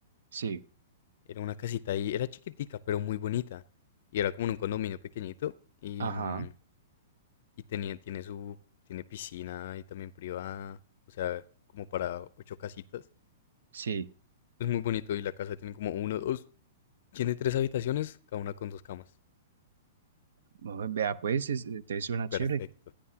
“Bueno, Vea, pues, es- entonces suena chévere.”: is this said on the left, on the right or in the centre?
Right